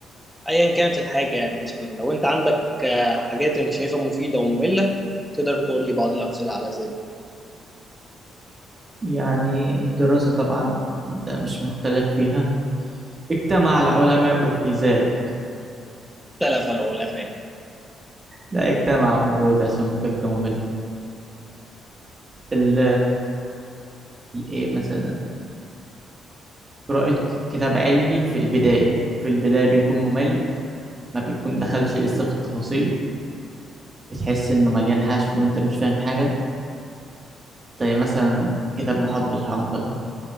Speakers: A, in the centre; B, on the right (about 30°).
A: أيا كانت الحاجة يعني مثلا لو أنت عندك آه، حاجات أنت شايفها مفيدة ومملة تقدر تقول لي بعض الأمثلة على ذلك
B: يعني الدراسة طبعا ده مش مختلف فيها اجتمع العلماء في ذلك
A: اختلف العلماء
B: لا اجتمع المرة دي عشان مذاكرة مملة وال ايه مثلا قراءة ك- كتاب علمي في البداية في البداية بيكون ممل ما بيكون دخلش لسه في التفاصيل بتحس إنه مليان حشو وأنت مش فاهم حاجة زي مثلا كتاب محاط بالحمقى ده